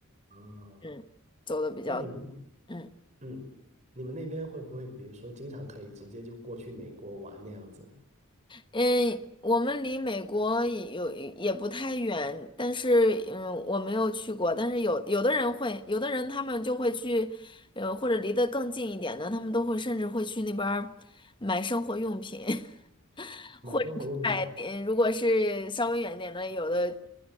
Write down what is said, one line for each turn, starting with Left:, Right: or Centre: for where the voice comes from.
Right: 啊。
Left: 嗯，走的比较。
Right: 那你们，
Left: 嗯。
Right: 嗯，你们那边会不会，比如说，经常可以直接就过去美国玩那样子，
Left: 嗯，我们离美国也有也不太远，但是嗯，我没有去过，但是有有的人会，有的人他们就会去，呃，或者离得更近一点的，他们都会甚至会去那边儿买生活用品，<laughs>
Right: 买生活用品？
Left: 或者是买，呃如果是稍微远一点的，有的